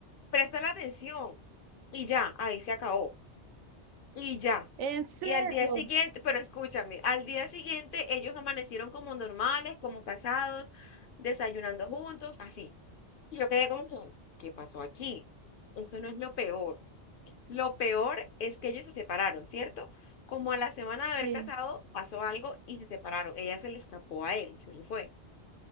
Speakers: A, on the left; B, on the right.
A: Presta la atención y ya, ahí se acabó. Y ya.
B: ¿En serio?
A: Y al día siguiente, pero escúchame, al día siguiente ellos amanecieron como normales, como casados, desayunando juntos, así. Y yo quedé como que, ¿qué pasó aquí? Eso no es lo peor. Lo peor es que ellos se separaron, ¿cierto? Como a la semana de haber
B: Sí,
A: casado, pasó algo y se separaron. Ella se le escapó a él, se le fue.